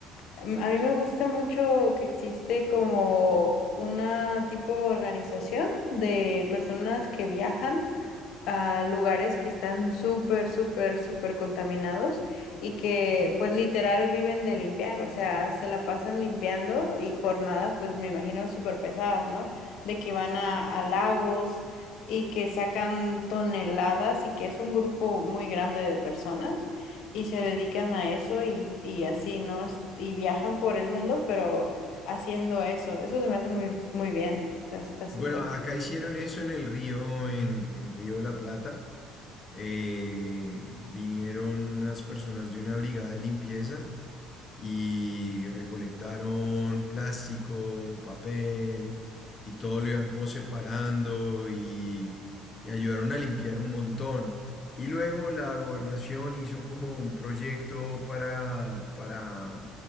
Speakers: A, on the left; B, on the left.
A: em, a mí me gusta mucho que existe como una tipo de organización de personas que viajan a lugares que están súper, súper, súper contaminados y que pues literal viven de limpiar, o sea, se la pasan limpiando y jornadas pues me imagino súper pesadas, ¿no? De que van a, a lagos y que sacan toneladas y que es un grupo muy grande de personas y se dedican a eso y, y así, ¿no? Es- Y viajan por el mundo, pero haciendo eso, eso se me hace muy, muy bien, o sea, está súper.
B: Bueno, acá hicieron eso en el río, en, en Río de la Plata. Eh, vinieron unas personas de una brigada de limpieza y recolectaron plástico, papel y todo lo iban como separando y, y ayudaron a limpiar un montón. Y luego la gobernación hizo como un proyecto para, para,